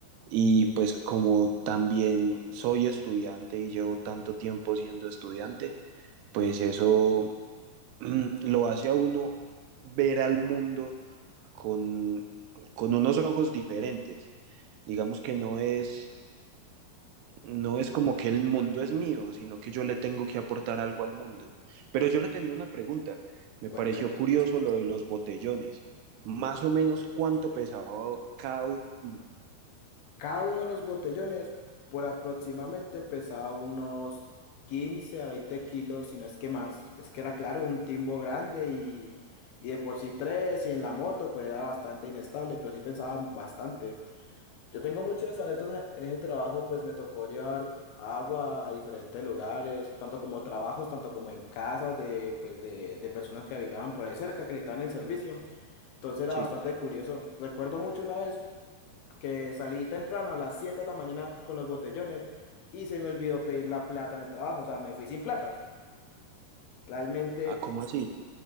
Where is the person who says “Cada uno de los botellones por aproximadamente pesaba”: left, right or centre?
Left